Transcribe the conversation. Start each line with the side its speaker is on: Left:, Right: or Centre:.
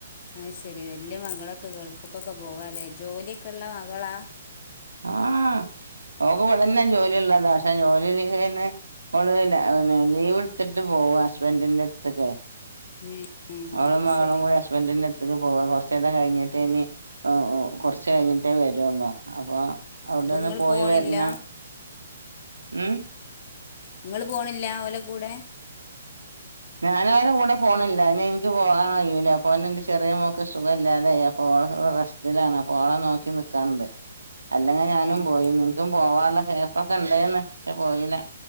Left: അ ശെരി വല്യയമകളൊക്കെ ഗൾഫക്കൊക്കെ പോവാല്ലേ ജോലിയൊക്കെ ള്ള മകളാ
Right: ആഹ് ഓക്ക് ഇവടന്നെ ജോലിള്ളതാ പക്ഷെ ജോലി ക്ക് ഹേ ന്ന് ഒള് ലാ ലീവ് ട്ത്ത്ട്ട് പോവാ ഹസ്ബൻഡിന്റെ ട്ത്ത്ക്ക്
Left: ഏ ഏ,
Right: അവളും
Left: അത്
Right: മകളും
Left: ശരി
Right: കൂടി ഹസ്ബന്റെ അടു അ പോവ കുറചൂടെ കഴിഞ്ഞിട്ടേന് കുറച്ച് കഴിഞ്ഞിട്ടേ വരുള്ളൂ അപ്പൊ അവിടെന്ന്
Left: അപ്പൊ ഇങ്ങള്
Right: പോയി
Left: പോണില്ല
Right: വരണം ഉം
Left: ഇങ്ങള് പോണില്ല്യാ ഓല കൂടെ
Right: ഞാന അവരുടെ കൂടെ പോണില്ല എന്നെ എനിക്ക് പോകാൻ കയൂല അപ്പോത്തിന് എന്റെ ചെറിയ മോന്ക്ക്‌ സുഖ ഇല്ലാതെ ആയി. അപ്പോ റെസ് ഇതിലാണ് അപ്പോ ഓളെ നോക്കി നിക്കാന്ണ്ട് അല്ലെങ്കെ ഞാനും
Left: ഏ
Right: പോയിന്ന് ഇന്ക്കും പോവാനുള്ള ചാൻസ്ക്കെ ഇണ്ടേന്ന് പക്ഷെ പോയില്ല